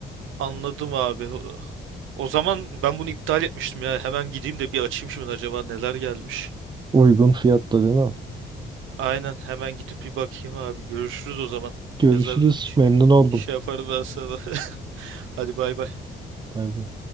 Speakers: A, on the right; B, on the right.
A: Anladım abi. O o zaman ben bunu iptal etmiştim ya. Hemen gideyim de bir açayım şimdi acaba neler gelmiş.
B: Uygun fiyatta değil mi?
A: Aynen hemen gidip bir bakayım abi. Görüşürüz o zaman.
B: Görüşürüz.
A: Yazar
B: Memnun oldum.
A: şey yaparım ben sana. <laughs> Hadi bay bay.
B: Bay bay.